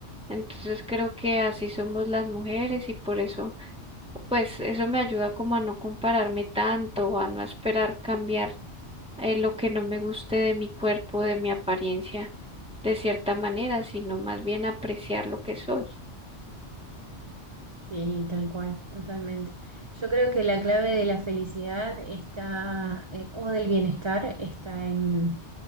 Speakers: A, in the centre; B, on the right.
A: Entonces creo que así somos las mujeres y por eso, pues eso me ayuda como a no compararme tanto, o a no esperar cambiar eh, lo que no me guste de mi cuerpo, de mi apariencia de cierta manera, sino más bien apreciar lo que soy.
B: Sí, tal cual, totalmente. Yo creo que la clave de la felicidad está, eh, o del bienestar, está en,